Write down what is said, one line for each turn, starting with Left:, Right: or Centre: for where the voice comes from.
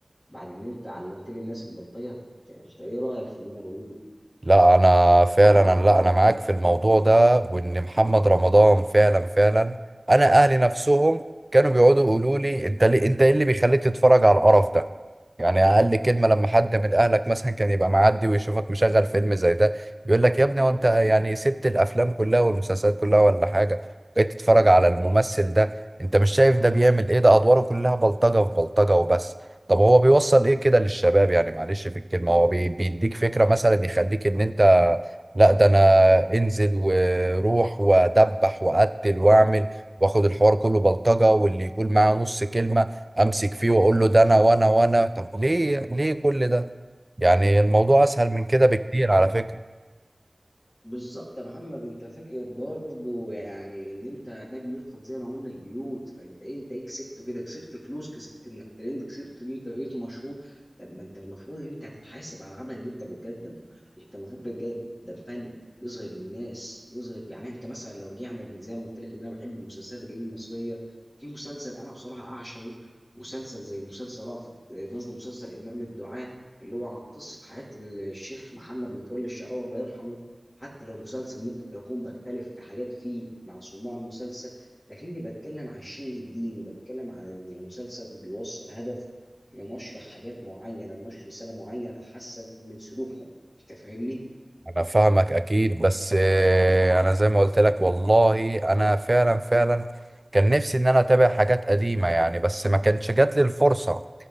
Left: بعد إن أنت علمت لي الناس البلطجة فأنت إيه رأيك في اللي أنا بقوله؟
Right: لا انا فعلا لا انا معاك في الموضوع ده وان محمد رمضان فعلا فعلا انا اهلي نفسهم كانوا بيقعدوا يقولوا لي انت ليه انت ايه اللي بيخليك تتفرج على القرف ده يعني اقل كلمه لما حد من اهلك مثلا كان يبقى معدي ويشوفك مشغل فيلم زي ده يقول لك يا ابني وانت يعني سبت الافلام كلها والمسلسلات كلها ولا حاجه بقيت تتفرج على الممثل ده انت مش شايف ده بيعمل ايه ده ادواره كلها بلطجه في بلطجه وبس طب هو بيوصل ايه كده للشباب يعني معلش في الكلمة هو بي- بيديك فكرة مثلا يخليك ان انت لا ده انا انزل وروح وادبح واقتل واعمل واخد الحوار كله بلطجة واللي يقول معاه نص كلمة امسك فيه واقول له ده انا وانا وانا طب ليه ليه كل ده يعني الموضوع اسهل من كده بكتير على فكرة
Left: بالظبط يا محمد انت فكره برضو يعني ان انت ده بيدخل زي ما قلنا البيوت فانت ايه انت ايه كسبته كده كسبت فلوس كسبت انك ترند كسبت ان انت بقيت مشهور طب ما انت المفروض ان انت هتتحاسب على العمل اللي انت بتقدمه انت المفروض بتقدم فن يظهر للناس يظهر يعني انت مثلا لو رجعنا بال- زي ما قلت لك ان انا بحب المسلسلات الجديده المصريه في مسلسل انا بصراحه اعشقه مسلسل زي مسلسل رأفت قصدي مسلسل امام الدعاء اللي هو عن قصه حياه الشيخ محمد متولي الشعراوي الله يرحمه حتى لو مسلسل ممكن اكون بختلف في حاجات فيه مع صناع المسلسل لكني بتكلم عن الشيء الديني بتكلم عن ان المسلسل بيوصل هدف لنشر حاجات معينه نشر رساله معينه تحسن من سلوكنا انت فاهمني
Right: انا فاهمك اكيد بس آه، انا زي ما قلت لك والله انا فعلا فعلا كان نفسي ان انا اتابع حاجات قديمة يعني بس ما كانش جات لي الفرصة